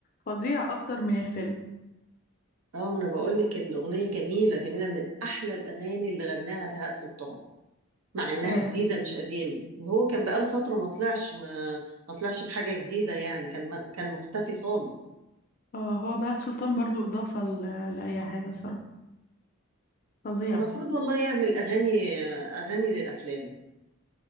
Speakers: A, on the left (about 40°); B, on the right (about 85°).
A: فظيع اكتر من الفيلم
B: اه ما انا بقول لك الاغنيه جميله جميله من احلى الاغاني اللي غناها بهاء سلطان مع انها
A: فعلا
B: جديده مش قديمه وهو كان بقاله فتره ما طلعش ما, ما طلعش بحاجه جديده يعني كان ما كان مختفي خالص
A: اه هو بهاء سلطان برضو إضافة ل- لأي حاجة بصراحة فظيع
B: المفروض والله يعمل اغاني اغاني للافلام